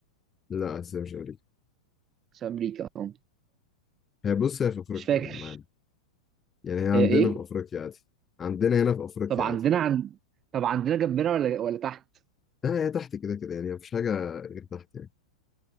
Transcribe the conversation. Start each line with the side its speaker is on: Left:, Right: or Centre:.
Left: لا آسيا مش أمريكا
Right: مش امريكا أم-
Left: هي بص هي في أفريقيا
Right: مش فاكر
Left: معانا يعني هي عندنا
Right: هي ايه
Left: في أفريقيا عادي عندنا هنا في أفريقيا
Right: طب عندنا
Left: عادي
Right: عن طب عندنا جنبنا ولا ولا تحت
Left: لا هي تحت كده كده يعني مفيش حاجة غير تحت يعني